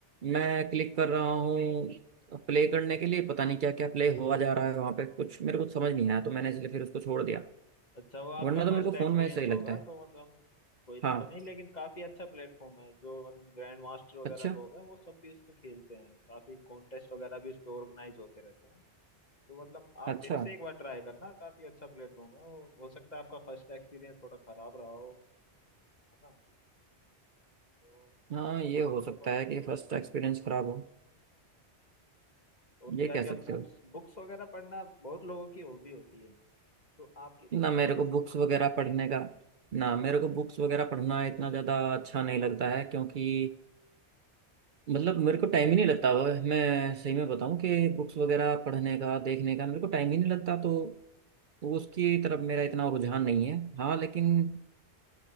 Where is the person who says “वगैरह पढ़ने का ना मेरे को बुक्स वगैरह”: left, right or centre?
Right